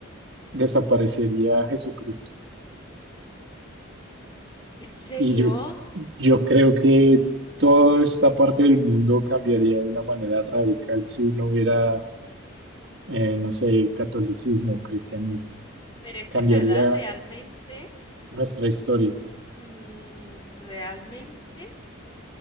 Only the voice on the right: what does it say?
desaparecería Jesucristo.
Y yo, yo creo que toda esta parte del mundo cambiaría de una manera radical si no hubiera, eh, no sé, catolicismo, cristianismo.
Cambiaría
nuestra historia.